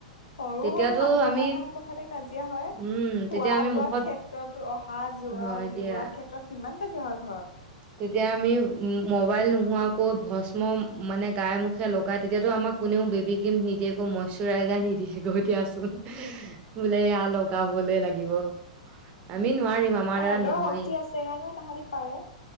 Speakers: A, on the left; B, on the right.
A: সৰু-সৰু
B: তেতিয়াতো
A: সাধাৰণ-সাধাৰণ
B: আমি
A: কথাতে কাজিয়া হয়,
B: উম তেতিয়া
A: খোৱা-বোৱা
B: আমি মুখত
A: ক্ষেত্ৰত, অহা-যোৱা,
B: হয়
A: ওলোৱা
B: দিয়া
A: ক্ষেত্ৰত কিমান কাজিয়া হয় ঘৰত
B: তেতিয়া আমি উ মবাইল নোহোৱাকৈ ভস্ম মানে গাই, মুখে লগাই তেতিয়াতো আমাক কোনেও বেবী ক্ৰীম নিদিয়েগৈ, মইচুৰাইজাৰ নিদিয়েগৈ দিয়াচোন, বোলে এয়া লগাবলে লাগিব, আমি নোৱাৰিম আমাৰ
A: তাহাঁতৰ
B: দ্বাৰা নহয়েই
A: শক্তি আছে, সেইকাৰণে তাহাঁতি পাৰে।